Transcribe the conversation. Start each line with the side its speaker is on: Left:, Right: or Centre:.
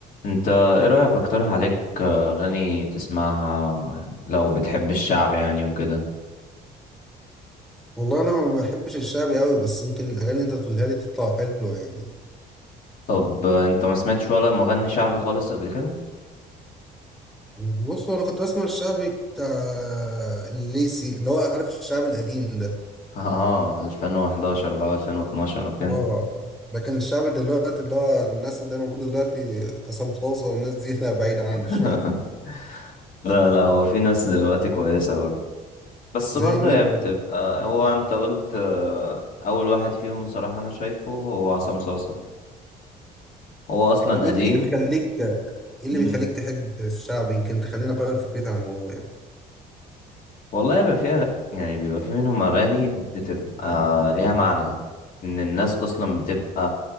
Left: انت ايه رأيك اقترح عليك اغاني تسمعها لو بتحب الشعب يعني وكده
Centre: والله انا ما بحبش الشعبي قوي بس يمكن الاغاني اللي انت بتقولها لي تطلع حلوه يعني
Left: طب انت ما سمعتش ولا مغني شعبي خالص قبل كده
Centre: بص هو انا كنت بسمع الشعبي بتاع الليسي اللي هو عارف الشعب القديم ده
Left: <laughs> اه 2011 بقى 2012 وكده
Centre: اه لكن الشعب دلوقتي اللي هو الناس اللي موجوده دلوقتي عصام صاصه والناس دي لا بعيد عني
Left: <laughs>
Centre: شويه
Left: لا لا هو في ناس دلوقتي كويسة برضه بس
Centre: زي
Left: برضه
Centre: مين
Left: هي
Centre: طيب
Left: بتبقى هو انت قلت آه، اول واحد فيهم بصراحة انا شايفه هو عصام صاصا هو اصلا
Centre: طب انت
Left: قديم
Centre: ايه اللي بيخليك ايه اللي
Left: مم.
Centre: بيخليك تحب الشعبي يمكن تخليني اغير فكرتي عن الموضوع يعني
Left: والله بيبقى فيها يعني بيبقى في منهم أغاني بتبقى ليها معنى إن الناس أصلا بتبقى